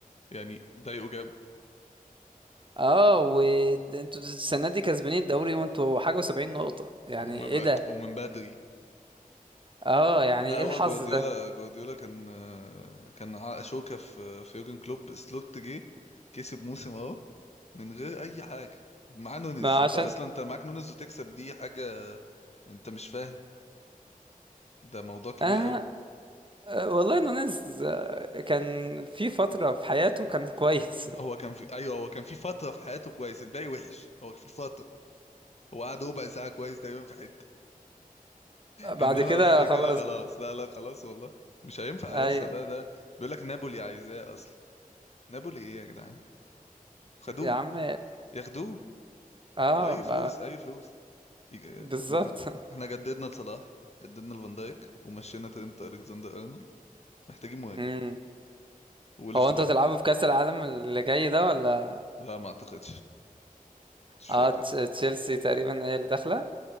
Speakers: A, on the left; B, on the right.
A: يعني ضايقه جاب
B: اه وانتوا السنة دي كسبانين الدوري وانتوا حاجة و70 نقطة يعني
A: ومن
B: ايه ده؟
A: ومن بدري
B: اه يعني
A: لا
B: ايه
A: هو
B: الحظ
A: جوارديولا
B: ده؟
A: جوارديولا كان آه، كان ع- شوكة في في يورجن كلوب سلوت جه كسب موسم اهو من غير اي حاجه مع نونز
B: ما
A: انت
B: عشان
A: اصلا انت معاك نونز وتكسب دي حاجه انت مش فاهم ده موضوع كبير
B: آه
A: قوي
B: آه، والله نونيز آه، كان في فترة في حياته كان كويس <laughs>
A: هو كان في ايوه هو كان في فتره في حياته كويس الباقي وحش هو في فتره هو قعد ربع ساعه كويس تقريبا في حته
B: بعد
A: انما
B: كده
A: بعد كده
B: خلاص
A: خلاص لا لا خلاص والله مش هينفع
B: اي
A: لسه ده ده بيقول لك نابولي عايزاه اصلا نابولي ايه يا جدعان خدوه
B: يا عم
A: ياخدوه
B: اه
A: واي فلوس
B: ب-
A: اي فلوس يج-
B: بالظبط
A: احنا
B: <laughs>
A: احنا جددنا لصلاح جددنا لفان دايك ومشينا ترينت الكسندر ارنولد محتاجين مهاجم
B: امم
A: وليفت
B: هو انتوا
A: باك
B: هتلعبوا في كأس العالم اللي جاي ده ولا
A: لا ما اعتقدش مش
B: اه
A: فاكر
B: تش- تشيلسي تقريبا هي اللي داخله